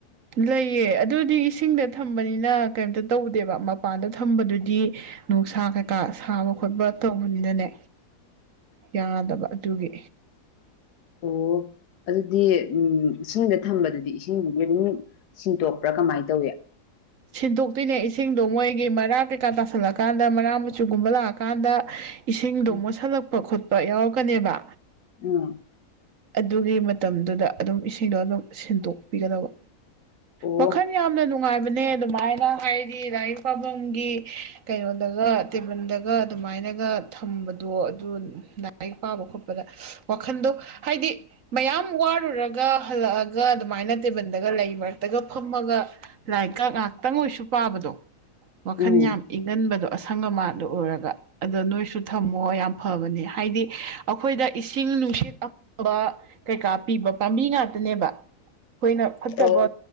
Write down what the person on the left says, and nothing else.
ꯑꯣ ꯑꯗꯨꯗꯤ ꯎꯝ ꯏꯁꯤꯡꯗ ꯊꯝꯕꯗꯨꯗꯤ ꯏꯁꯤꯡꯗꯨꯗꯤ ꯑꯗꯨꯝ ꯁꯤꯟꯇꯣꯛꯄ꯭ꯔꯥ ꯀꯃꯥꯏꯅ ꯇꯧꯏ
ꯎꯝ
ꯑꯥ
ꯑꯣ
ꯎꯝ
ꯑꯣ